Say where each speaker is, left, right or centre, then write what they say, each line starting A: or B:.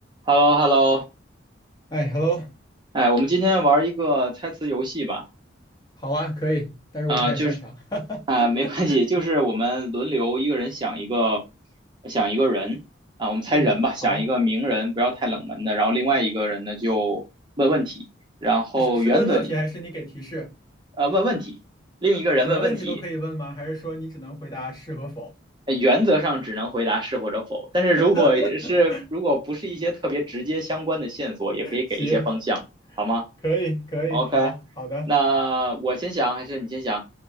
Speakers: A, on the right (about 25°); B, on the left (about 20°).
A: h e l l o h e l l o
B: 哎，hello，
A: 哎，我们今天玩一个猜词游戏吧。
B: 好啊，可以，但是我不太擅长。
A: 啊，就是
B: <laughs>
A: 啊、没关系，就是我们轮流一个人想一个，想一个人啊、我们猜人吧，
B: 嗯，
A: 想一个名人，
B: 好，
A: 不要太冷门的。然后另外一个人呢就问问题，然后原则
B: 那是是问问题还是你给提示？
A: 呃问问题，另一个人问问题，
B: 什么问题都可以问吗？还是说你只能回答是和否？
A: 呃原则上只能回答是或者否。但是如果是如果不是一些特别直接相关的线索，
B: <laughs>
A: 也可以给一些方向，
B: 行，
A: 好吗
B: 可以，可以，
A: ？OK，
B: 好，好的，
A: 那我先想还是你先想？